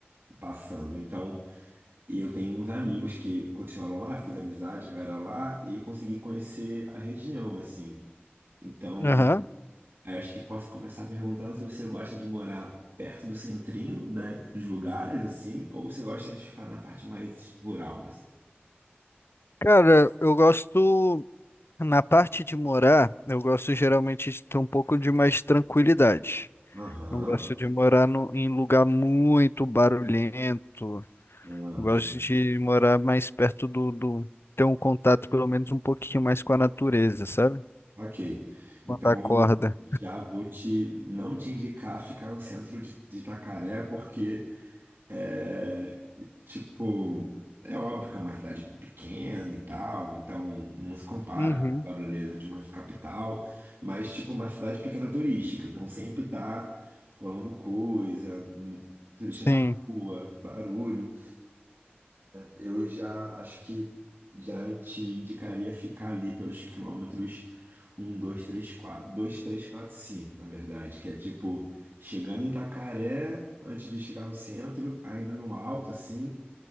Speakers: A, on the right (about 65°); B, on the left (about 75°).
A: passando. Então, e eu tenho uns amigos que continuaram lá, fiz amizade, chegaram lá e consegui conhecer a região, assim. Então,
B: Aham.
A: acho que posso começar perguntando se você gosta de morar perto do centrinho da- dos lugares, assim, ou você gosta de ficar na parte mais rural, assim.
B: Cara, eu gosto. Na parte de morar, eu gosto geralmente de ter um pouco de mais tranquilidade.
A: Aham,
B: Não gosto de morar no- em lugar muito barulhento.
A: ah,
B: Eu gosto
A: bem,
B: de morar mais perto do, do- ter um contato pelo menos um pouquinho mais com a natureza, sabe?
A: ok. Então
B: Quando acorda.
A: já vou te não te indicar ficar no centro de, de Itacaré, porque É, tipo, é óbvio que é uma cidade pequena e tal, então não se compara
B: Uhum.
A: a barulheira de uma capital, mas tipo uma cidade pequena turística, então sempre tá rolando coisa, mu- turista na
B: Sim.
A: rua, barulho. Eu já acho que já te indicaria ficar ali pelos quilômetros um 2 3 4 2 3 4 5 na verdade, que é tipo chegando em Itacaré, antes de chegar no centro, ainda no alto assim,